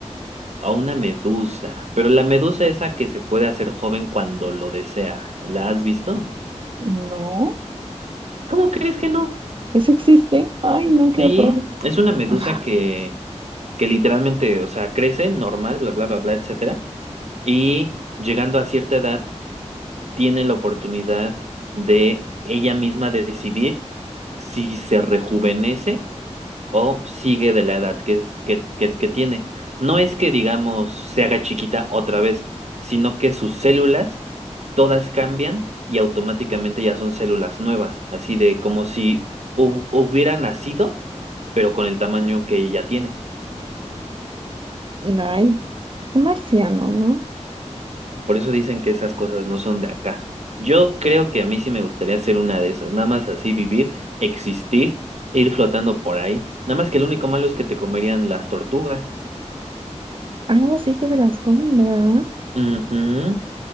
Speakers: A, on the right (about 65°); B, on the right (about 45°).
A: o una medusa, pero la medusa esa que se puede hacer joven cuando lo desea, ¿la has visto?
B: No,
A: ¿Cómo crees que no?
B: eso existe. Ay, no, qué
A: Sí,
B: horror.
A: es
B: <laughs>
A: una medusa
B: Ajá.
A: que, que literalmente, o sea, crece normal, bla, bla, bla, bla, etcétera, y llegando a cierta edad tiene la oportunidad de ella misma de decidir si se rejuvenece o sigue de la edad que, es- que, que, que tiene. No es que, digamos, se haga chiquita otra vez, sino que sus células todas cambian y automáticamente ya son células nuevas, así de como si hu- hubiera nacido, pero con el tamaño que ya tiene.
B: Ay, qué marciano, ¿no?
A: Por eso dicen que esas cosas no son de acá. Yo creo que a mí sí me gustaría ser una de esas, nada más así vivir, existir, ir flotando por ahí. Nada más que el único malo es que te comerían las tortugas.
B: Ahora sí que se las comen, ¿verdad?
A: Ujú.